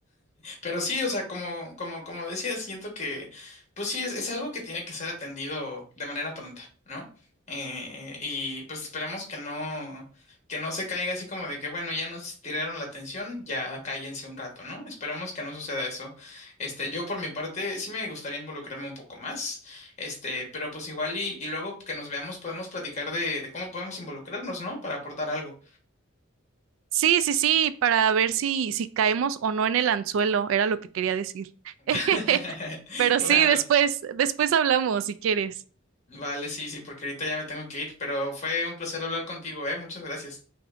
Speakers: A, on the left (about 35°); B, on the right (about 70°).
A: Pero sí, o sea, como, como, como decía, siento que, pues sí, es, es algo que tiene que ser atendido de manera pronta, ¿no? Eh, y pues esperemos que no, que no se caiga así como de que, bueno, ya nos tiraron la atención, ya cállense un rato, ¿no? Esperemos que no suceda eso. Este, yo por mi parte, sí me gustaría involucrarme un poco más, este, pero pues igual y, y luego que nos veamos podemos platicar de, de cómo podemos involucrarnos, ¿no? Para aportar algo.
B: Sí, sí, sí, para ver si, si caemos o no en el anzuelo, era lo que quería decir.
A: <laughs>
B: <laughs> Pero
A: Claro.
B: sí, después, después hablamos si quieres.
A: Vale, sí, sí, porque ahorita ya me tengo que ir, pero fue un placer hablar contigo, ¿eh? Muchas gracias.